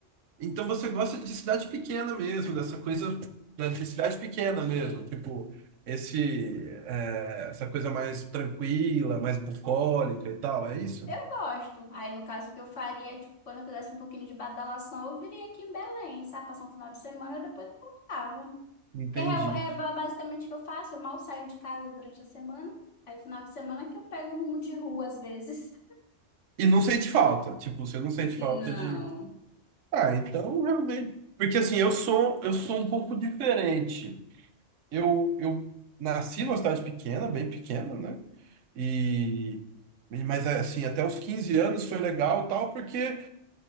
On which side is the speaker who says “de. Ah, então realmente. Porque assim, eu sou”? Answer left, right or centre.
Right